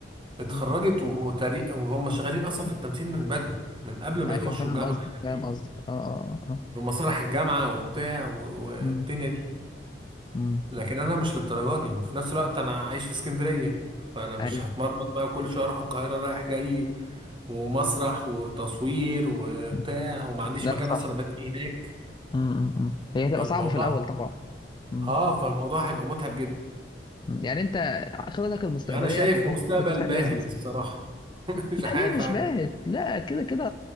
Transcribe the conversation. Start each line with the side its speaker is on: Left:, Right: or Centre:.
Right: اتخرجت
Left: مم.
Right: وهو تاريخ وهم شغالين اصلا في التمثيل من بدري من قبل ما
Left: ايوه
Right: يخشوا
Left: فاهم
Right: الجامعه
Left: قصدك
Right: يعني
Left: فاهم قصدك اه اه اه
Right: في مسارح الجامعه وبتاع و- والدنيا
Left: مم.
Right: دي
Left: مم.
Right: لكن انا مش للدرجه دي وفي نفس الوقت انا عايش في اسكندريه فانا مش
Left: ايوه
Right: هتمرمط بقى كل شويه اروح القاهره رايح جاي ومسرح وتصوير وبتاع
Left: مم.
Right: وما عنديش
Left: لا
Right: مكان
Left: صح
Right: اصلا ابات فيه هناك
Left: مم. مم. مم. هي هتبقى
Right: فالموضوع
Left: صعبه في الاول طبعا مم.
Right: اه فالموضوع هيبقى متعب جدا
Left: مم. يعني انت خططك المستقبليه
Right: انا شايف مستقبل
Left: كنت تفتح
Right: باهت
Left: بيزنس
Right: الصراحه <laughs> مش
Left: لا
Right: عارف
Left: ليه مش
Right: اعمل
Left: باهت
Right: ايه
Left: لا كده كده